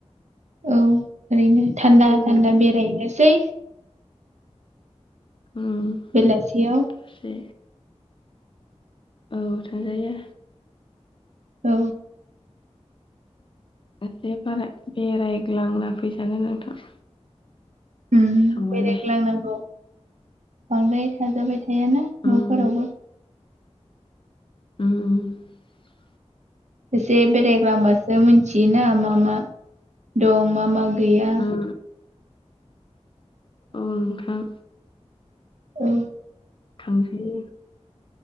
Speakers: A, on the right (about 80°); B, on the left (about 45°).
A: औ ओरैनो थान्दा
B: ओरैनो
A: थान्दा बेरायहैनोसै।
B: उम
A: बेलासियाव
B: दसे औ थांजायो
A: औ
B: एसे बारा बेरायग्लांना फैजागोन नोंथां।
A: उम
B: थांबालाय
A: बेरायग्लांनांगौ बांद्राय थाजाबाय थायाना
B: उम
A: न'फोरावबो।
B: उम
A: एसे बेरायग्लांबा सो मिन्थियोना मा मा दं मा मा गैया।
B: उम औ नोंथां
A: औ
B: थांसै